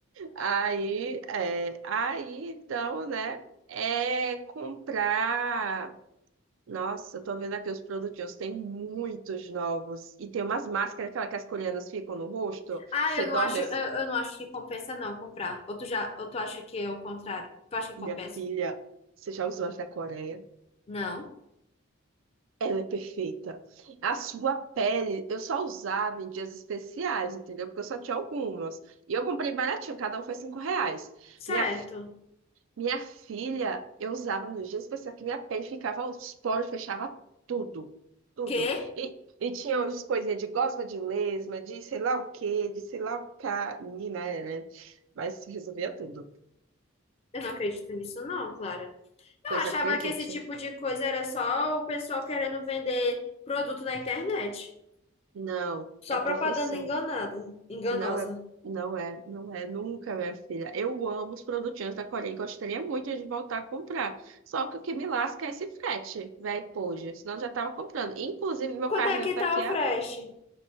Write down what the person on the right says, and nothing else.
Aí, é, aí, então, né? É comprar. Nossa, eu tô vendo aqui os produtinhos, tem muitos novos. E tem umas máscaras, aquela que as coreanas ficam no rosto.
Você
dorme
assim.
Minha
filha, você já usou as da Coreia?
Ela é perfeita. A sua pele, eu só usava em dias especiais, entendeu? Porque eu só tinha algumas. E eu comprei baratinho, cada um foi cinco reais.
Minha Minha filha, eu usava nos dias especiais que minha pele ficava, os poros fechava tudo, tudo.
E, e tinha umas coisinhas de gosma de lesma, de sei lá o quê, de sei lá o cá. Menina, é, né? Mas resolvia tudo.
Pois
acredite,
não
é perfeição.
Não é, não é, não é nunca, minha filha. Eu amo os produtinhos da Coreia e gostaria muito de voltar a comprar. Só que o que me lasca é esse frete, velho, poxa. Senão eu já tava comprando. Inclusive, meu
carrinho
tá
aqui